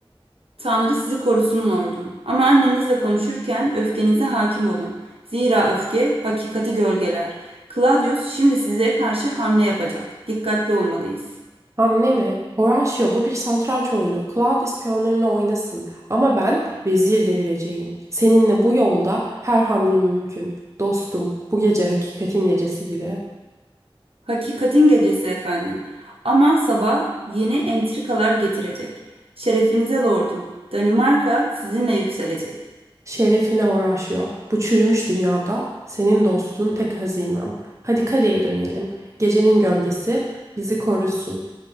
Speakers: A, on the right; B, on the right.
A: Tanrı sizi korusun lordum. Ama annenizle konuşurken öfkenize hakim olun. Zira öfke hakikati gölgeler. Claudius şimdi size karşı hamle yapacak. Dikkatli olmalıyız.
B: Hamle mi? Horatio bu bir satranç oyunu. Claudius piyonlarını oynasın. Ama ben vezir devireceğim. Seninle bu yolda her hamle mümkün. Dostum, bu gece hakikatin gecesiydi.
A: Hakikatin gecesi efendim. Ama sabah yeni entrikalar getirecek. Şerefinize lordum. Danimarka sizinle yükselecek.
B: Şerefine uğraşıyor. Bu çürümüş dünyada senin dostun tek hazinem. Hadi kaleye dönelim. Gecenin gölgesi bizi korusun.